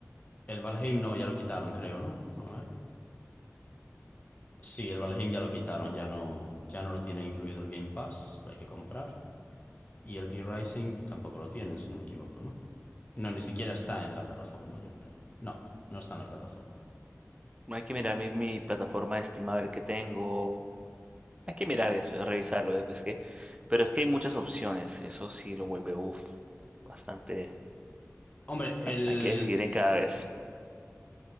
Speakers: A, on the left; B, on the right.
A: el Valheim no, ya lo quitaron, creo, ¿no? A ver. Sí, el Valheim ya lo quitaron, ya no, ya no lo tiene incluido el Game Pass, lo hay que comprar. Y el V-Rising tampoco lo tienen, si no me equivoco, ¿no? No, ni siquiera está en la plataforma, yo creo. No, no está en la plataforma.
B: Bueno, Hay que mirar mi, mi plataforma de Steam a ver qué tengo. Hay que mirar eso, a revisarlo. eh, Es que, pero es que hay muchas opciones. Eso sí lo vuelve, uff, bastante.
A: Hombre, el,
B: Bueno, hay que decidir en cada vez.